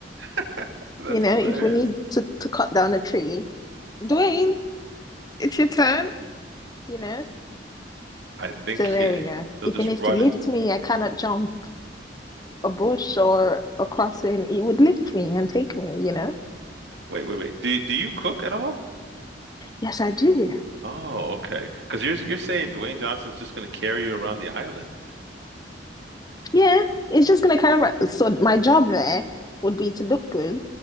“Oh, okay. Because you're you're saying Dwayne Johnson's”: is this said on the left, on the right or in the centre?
Right